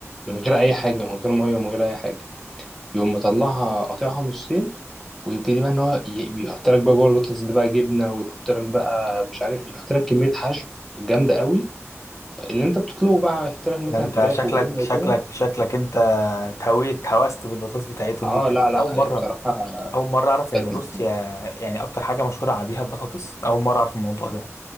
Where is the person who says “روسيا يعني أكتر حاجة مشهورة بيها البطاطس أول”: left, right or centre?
Left